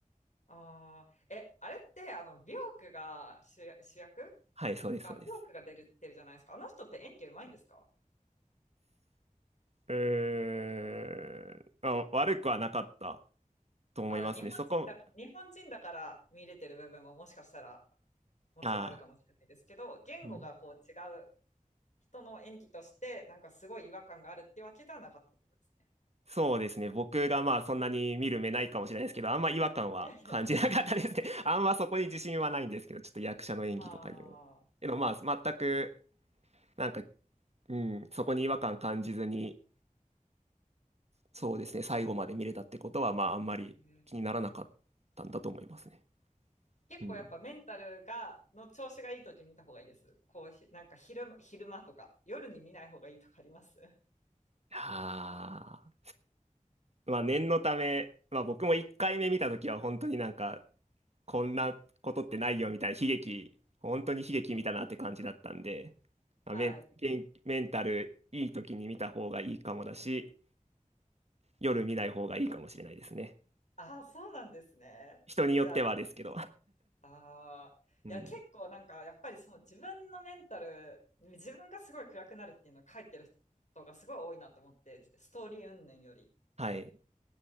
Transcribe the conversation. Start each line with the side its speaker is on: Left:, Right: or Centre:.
Left: ああ、え、あれって、あの、ビョークが主主役
Right: はい、そうです、
Left: あ、
Right: そうです。
Left: ビョークが出るってるじゃないですか。あの人って演技うまいんですか
Right: うーん、あ、悪くはなかったと思いますね。
Left: あ、日本人だか、
Right: そこ、
Left: 日本人だから見れてる部分ももしかしたらもちろんあるかもしれないですけど、
Right: ああ、
Left: 言語がこう違う
Right: うん
Left: 人の演技として、なんかすごい違和感があるってわけではなかったってことですね。
Right: そうですね。僕がまあそんなに見る目ないかもしれないですけど、あんま違和感は感じなかったですね。
Left: いやいやいやいや。
Right: <laughs> あんまそこに自信はないんですけど、ちょっと役者の演技とかにも。
Left: ああ。
Right: けどまあ全く、なんか、うん、そこに違和感感じずに、そうですね、最後まで見れたってことは、まああんまり気にならなかったんだと思いますね。
Left: へー結構やっぱメンタルが、
Right: うん。
Left: の調子がいい時に見た方がいいです。こうひ、なんか昼間、昼間とか、夜に見ない方がいいとかあります
Right: はあ。まあ念のため、まあ僕も1回目見たときは本当になんか、こんなことってないよみたいな悲劇、本当に悲劇見たなって感じだったんで、まあ、
Left: <laughs> はい。
Right: メン、元気メンタルいい時に見た方がいいかもだし、夜見ない方がいいかもしれないですね。
Left: ああ、そうなんですね。
Right: 人によってはですけど。
Left: じゃあ、ああ、
Right: <laughs> うん。
Left: いや、結構なんか、やっぱりその自分のメンタル、自分がすごい暗くなるっていうのを書いてる人がすごい多いなと思って、ストーリー云々より。
Right: はい。